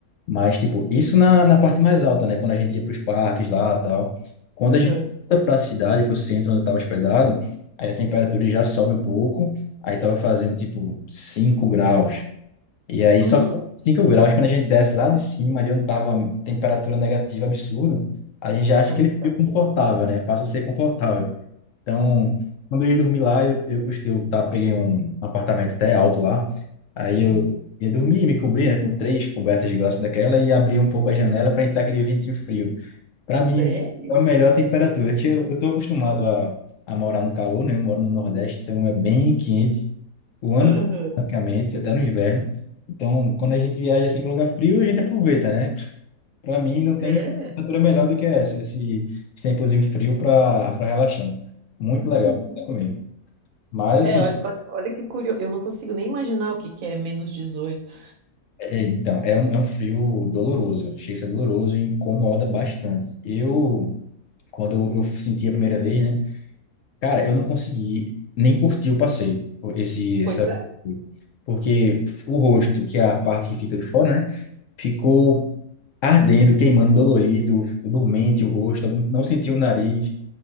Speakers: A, on the left; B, on the right.
A: Mas, tipo, isso na, na parte mais alta, né? Quando a gente ia para os parques lá tal. Quando
B: Uhum.
A: a gente volta para a cidade, para o centro onde eu estava hospedado, aí a temperatura já sobe um pouco. Aí estava fazendo, tipo, 5 graus. E aí
B: Uhum.
A: só 5 graus, quando a gente desce lá de cima, de onde estava temperatura negativa absurda, a gente já acha
B: Parece.
A: que ele
B: Então,
A: fica confortável, né? Passa a ser confortável. Então, quando eu ia dormir lá, eu, eu, cust- eu tá, peguei um apartamento até alto lá. Aí
B: Uhum.
A: eu ia dormir, me cobria, né, com três cobertas de glaço daquela e abria um pouco a janela para entrar aquele ventinho frio. Para mim,
B: Sério?
A: é a melhor temperatura, que eu, eu tô acostumado a, a morar no calor, né? Eu moro no Nordeste, então é bem quente o ano,
B: Aham.
A: praticamente, até no inverno. Então, quando a gente viaja assim para lugar frio, a gente aproveita, né? Para mim, não tem
B: É.
A: temperatura melhor do que essa, esse, esse tempozinho frio para para relaxar. Muito legal,
B: Uhum.
A: legal mesmo. Mas, assim,
B: É, olha, olha, olha que curioso. Eu não consigo nem imaginar o que que é menos dezoito.
A: é, é, então, é um, é um frio doloroso, chega a ser doloroso e incomoda bastante. Eu, quando eu senti a primeira vez, né, cara, eu não consegui nem curtir o passeio, esse, essa,
B: Pois é.
A: porque o rosto, que é a parte que fica de fora, né, ficou ardendo, queimando, dolorido, dormente o rosto, não senti o nariz.